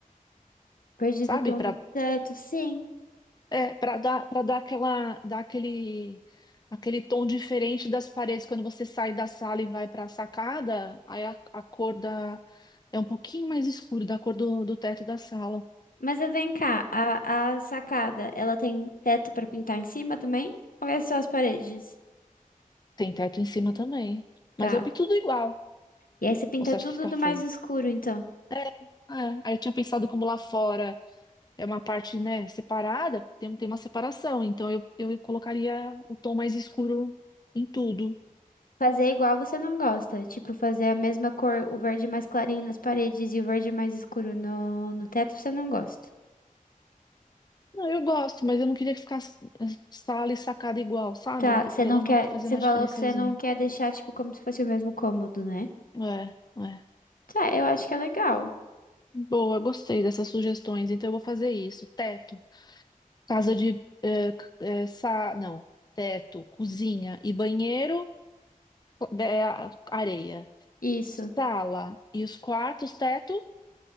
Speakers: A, on the left; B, on the left.
A: Perdido
B: sabe?
A: o tom
B: Para
A: do teto, sim.
B: é, para dar para dar aquela dar aquele aquele tom diferente das paredes quando você sai da sala e vai para a sacada, aí a, a cor da é um pouquinho mais escuro da cor do, do teto da sala.
A: Mas eu vem cá, a, a sacada, ela tem teto pra pintar em cima também? Ou é só as paredes?
B: Tem teto em cima também,
A: Tá.
B: mas eu pinto tudo igual.
A: E aí você pinta
B: Ou Você acha
A: tudo
B: que fica
A: do
B: feio?
A: mais escuro, então.
B: É, é. Aí eu tinha pensado como lá fora é uma parte, né, separada, tem, um tem uma separação, então eu, eu colocaria o tom mais escuro em tudo.
A: Fazer é igual você não gosta. Tipo, fazer a mesma cor, o verde mais clarinho nas paredes e o verde mais escuro no, no teto, você não gosta.
B: Não, eu gosto, mas eu não queria que ficasse eh, sala e sacada igual, sabe?
A: Tá, você
B: Eu queria
A: não
B: dar
A: quer.
B: uma, fazer
A: Você
B: uma
A: falou
B: diferençazinha.
A: que você não quer deixar, tipo, como se fosse o mesmo cômodo, né?
B: É, é.
A: Tá, eu acho que é legal.
B: Boa, gostei dessas sugestões, então eu vou fazer isso. Teto, casa de, é, c- é, sa, não, teto, cozinha e banheiro, é, areia.
A: Isso.
B: Sala e os quartos, teto.